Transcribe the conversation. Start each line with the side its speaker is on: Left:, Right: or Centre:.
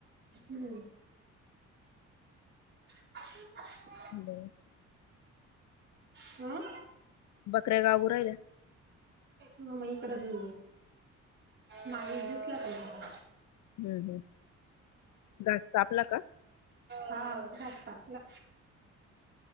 Right: हम्म ह
Left: <inaudible> <unintelligible>
Right: ह
Left: बकरे गागुराये
Right: ह मग इकड दि माने घेतला त मला
Left: हम् हम जास्त आपला
Right: हा घस्त आपलं